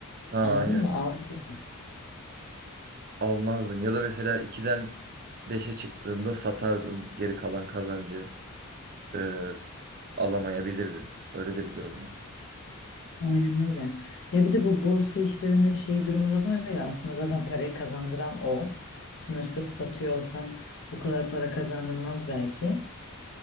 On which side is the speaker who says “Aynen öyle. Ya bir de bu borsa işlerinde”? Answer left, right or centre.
Left